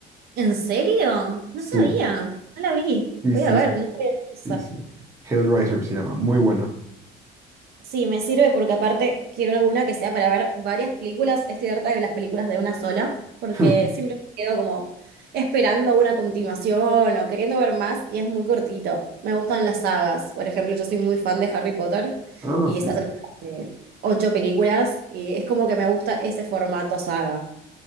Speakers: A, on the right; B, on the right.
A: ¿En serio? No
B: Sí,
A: sabía, no la vi.
B: sí,
A: Voy
B: sí,
A: a ver,
B: sí,
A: no sabía que
B: sí. sí. Hellraiser se llama, muy buena.
A: Sí, me sirve porque aparte quiero alguna que sea para ver varias películas. Estoy harta de las películas de una sola, porque
B: <laughs>
A: siempre me quedo como esperando una continuación o queriendo ver más y es muy cortito. Me gustan las sagas. Por ejemplo, yo soy muy fan de Harry Potter
B: Ah,
A: y
B: sí.
A: estas son de ocho películas y es como que me gusta ese formato saga.